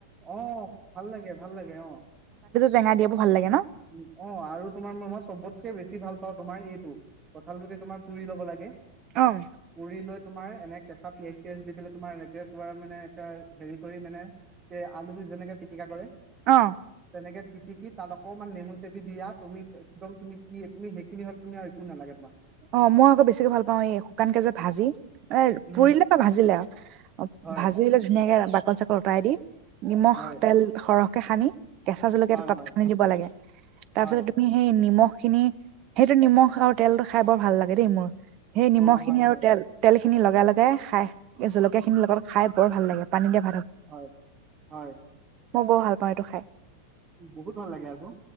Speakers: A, on the right (about 20°); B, on the right (about 40°).
A: অ ভাল লাগে ভাল লাগে অ।
B: তেঙা দিয়াবোৰ। ভাল লাগে ন
A: উ অ আৰু তোমাৰ মই চবতকে বেছি ভাল পাওঁ তোমাৰ এইটো। কঁঠাল গুটি তোমাৰ পুৰি ল'ব লাগে।
B: অহ।
A: পুৰি লৈ তোমাৰ এনে কেঁচা পিঁয়াজ চিয়াজ দি পেলাই তোমাৰ ৰেডঅ তোমাৰ মানে এটা হেৰি কৰি মানে এ আলু যেনেকে। পিতিকা কৰে
B: অ
A: তেনেকে। পিতিকি তাৰ ল অকণমান নেমু চেপি দিয়া তুমি একদম তুমি কি একোৱে সেইখিনি হ'লে মানে একোৱে নালাগে তোমাক ।
B: অ মই আকৌ বেছিকে ভাল পাওঁ এই শুকান ক যে ভাজি এ
A: উম
B: পুৰিলে বা ভাজিলে আৰু অ
A: হয়
B: ভাজি পেলাই ধুনীয়াকে লি চাকলি অতৰাই দি। নিমখ
A: হয়
B: তেল সৰহ । কে সানি কেঁচা জলকীয়া
A: হয়
B: এটা, তাত
A: হয় হয়
B: সানি দিব লাগে তাৰপিছত
A: হয়
B: তুমি সেই নিমখ খিনি সেইটো নিমখ আৰু তেল খাই বৰ ভাল লাগে দেই মোৰ সেই নিমখ
A: অ
B: খিনি
A: হয়
B: আৰু
A: হয়
B: তেল তেল খিনি খিনি লগাই লগাই খাই এ জল কেখিনিৰ লগত খাই বৰ ভাল লাগে। পানী দেব ।
A: হয় হয় ।
B: মই বৰ ভাল পাওঁ এইটো খাই।
A: বহুত ভাল লাগে আক।